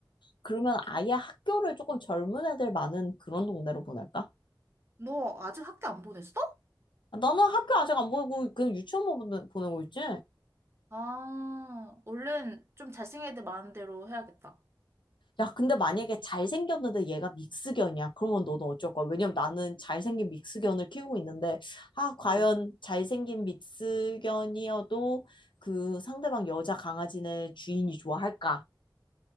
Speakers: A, on the left (about 80°); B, on the right (about 30°).
A: 그러면
B: 그치?
A: 아예 학교를 조금 젊은 애들 많은 그런 동네로 보낼까?
B: 너 아직 학교 안 보냈어?
A: 아, 나는 학교 아직 안 보내고 그냥 유치원만 보내- 보내고 있지?
B: 아, 얼른 좀 잘생긴 애들 마음대로 해야겠다.
A: 야, 근데 만약에 잘생겼는데 얘가 믹스견이야. 그러면 너는 어쩔 거야? 왜냐면 나는 잘생긴 믹스견을 키우고 있는데, 아, 과연
B: 어.
A: 잘생긴 믹스견이어도 그 상대방 여자 강아지네 주인이 좋아할까?